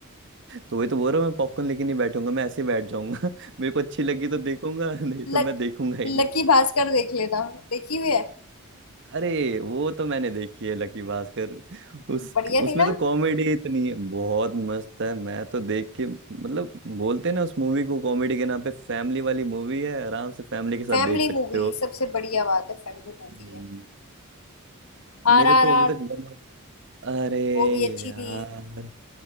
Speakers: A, on the right; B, on the left.
A: तो वही तो बोल रहा हूँ मैं पॉपकॉर्न लेके नहीं बैठूंगा मैं ऐसे ही बैठ जाऊंगा <laughs> मेरे को अच्छी लगी तो देखूंगा नहीं तो
B: लक,
A: मैं देखूंगा ही
B: लकी
A: नहीं
B: भास्कर देख लेना देखी हुई है
A: अरे वो तो मैंने देखी है लकी भास्कर उस
B: बढ़िया
A: उसमें
B: थी ना
A: तो कॉमेडी इतनी है बहुत मस्त है मैं तो देख के मतलब बोलते हैं ना उस मूवी को कॉमेडी के नाम पे फैमिली वाली मूवी है आराम से फैमिली के साथ
B: फैमिली
A: देख सकते
B: मूवी
A: हो
B: सबसे बढ़िया बात है फैमिली मूवी
A: हम्म।
B: है
A: मेरे
B: आरआरआर
A: तो अभी तक अरे
B: वो भी अच्छी
A: यार
B: थी